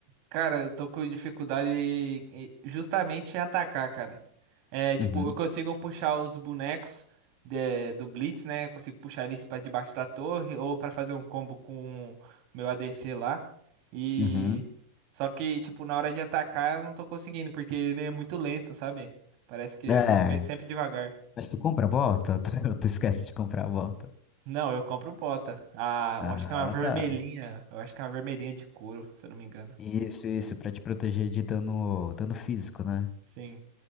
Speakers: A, on the right; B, on the left.
A: Cara, eu tô com dificuldade em- em- justamente em atacar, cara. É, tipo,
B: Uhum,
A: eu consigo puxar os bonecos de- do Blitz, né? Eu consigo puxar eles pra debaixo da torre ou pra fazer um combo com o meu ADC lá. E
B: uhum.
A: só que, tipo, na hora de atacar eu não tô conseguindo porque ele é muito lento, sabe? Parece que eu
B: É,
A: tô pe- sempre devagar.
B: mas tu compra a bota? <laughs> Tu, tu esquece de comprar a bota.
A: Não, eu compro bota. Ah,
B: Ah,
A: eu acho que é uma vermelhinha.
B: tá.
A: Eu acho que é uma vermelhinha de couro, se eu não me engano.
B: Isso, isso, pra te proteger de dano, dano físico, né?
A: Sim,